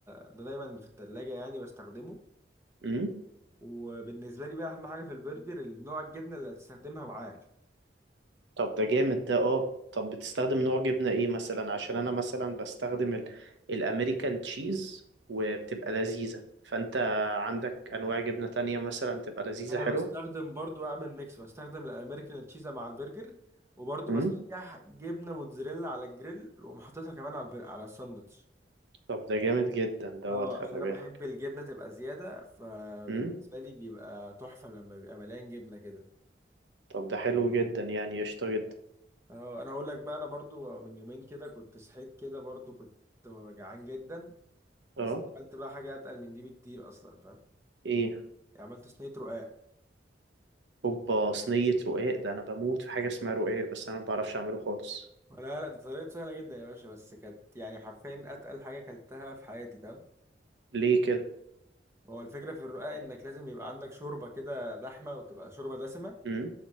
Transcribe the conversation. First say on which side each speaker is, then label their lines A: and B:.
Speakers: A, on the right; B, on the right.
A: ده دايما في التلاجة يعني بستخدمه
B: امم
A: وبالنسبة لي بقى أهم حاجة في البرجر النوع الجبنة اللي هتستخدمها معاه
B: طب ده جامد ده اه طب بتستخدم نوع جبنة ايه مثلا عشان انا مثلا بستخدم ال... الامريكان تشيز وبتبقى لذيذة فانت عندك انواع جبنة تانية مثلا تبقى لذيذة
A: أنا
B: حلوة
A: بستخدم برضو أعمل ميكس بستخدم الأمريكان تشيزا مع البرجر وبرضو
B: امم
A: بسيح جبنة موتزاريلا على الجريل وأقوم حاططها كمان على البر... على الساندوتش
B: طب ده جامد جدا دوت
A: اه
B: خلي
A: عشان انا
B: بالك
A: بحب الجبنه تبقى زياده فبالنسبه
B: امم
A: لي بيبقى تحفه لما بيبقى مليان جبنه كده
B: طب ده حلو جدا يعني قشطة جدا
A: اه انا هقول لك بقى انا برضو من يومين كده كنت صحيت كده برضو كنت جعان جدا بس
B: اه
A: عملت بقى حاجه اتقل من دي بكتير اصلا فاهم
B: ايه
A: يعني عملت صينيه رقاق
B: هوبا صينية رقاق ده انا بموت في حاجة اسمها رقاق بس انا ما بعرفش اعمله خالص
A: لا لا ده طريقته سهلة جدا يا باشا بس كانت يعني حرفيا أتقل حاجة أكلتها في حياتي فاهم
B: ليه كده
A: هو الفكرة في الرقاق إنك لازم يبقى عندك شوربة كده دحمة وتبقى شوربة دسمة
B: امم